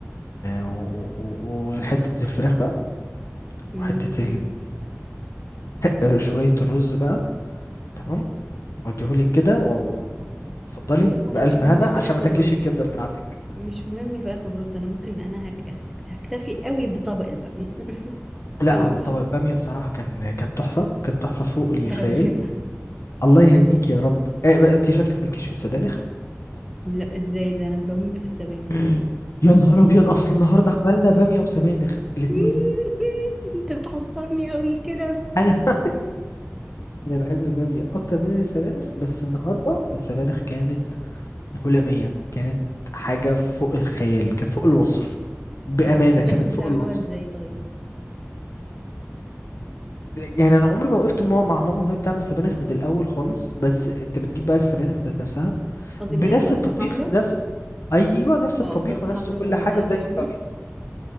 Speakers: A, on the left; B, in the centre.
A: و... و... و- وحته الفراخ بقى
B: مم.
A: وحته ال <laughs> شويه الرز بقى تمام وديهولك كده و-
B: أوكي.
A: اتفضلي
B: بص أنا
A: بألف
B: مش مهم
A: هنا
B: الفراخ
A: عشان ما تاكليش
B: والرز
A: الكبدة بتاعتك
B: مش مهم الفراخ والرز أنا ممكن أنا هك... هكتفي قوي بطبق البامية <laughs>
A: لا
B: قوي
A: هو
B: ايه
A: طبق البامية بصراحة كان كان تحفة كان تحفة فوق الخيال
B: هلا والشفا
A: الله يهنيك يا رب إيه بقى انت شكلك مالكيش في السبانخ <gasps>
B: لا ازاي ده انا بموت في السبانخ
A: <laughs> يا نهار ابيض اصل النهارده عملنا بامية وسبانخ الاتنين
B: <laughs> انت بتعصبني قوي كده
A: انا <laughs> انا بحب البامية اكتر من السبانخ بس النهارده السبانخ كانت هلامية كانت حاجة فوق الخيال كانت فوق الوصف بأمانة
B: السبانخ
A: كانت
B: بتعملوها
A: فوق الوصف
B: ازاي طيب
A: يعني انا عمري ما وقفت مع مع ماما وهي بتعمل سبانخ من الاول خالص بس انت بتجيب بقى السبانخ ذات نفسها
B: قصدي
A: بنفس
B: اللي هي بصلصه
A: الطبيخ
B: حمراء
A: نفس ايوه نفس الطبيخ
B: اه بصلصه
A: ونفس
B: حمراء
A: كل
B: ومعاها
A: حاجه زي
B: حمص
A: الباميه